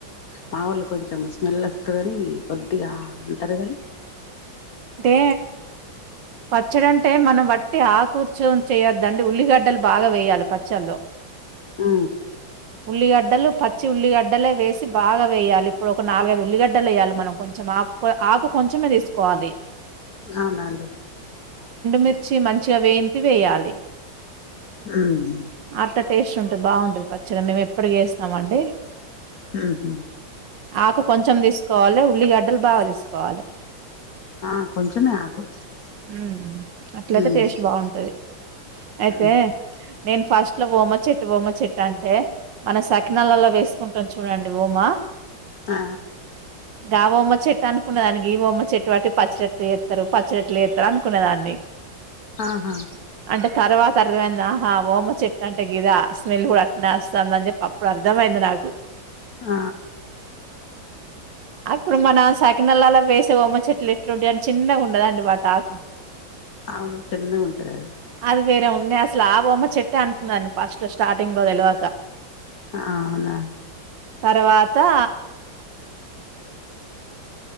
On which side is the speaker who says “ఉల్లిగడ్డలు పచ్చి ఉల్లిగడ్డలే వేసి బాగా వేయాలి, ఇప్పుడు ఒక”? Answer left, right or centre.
Right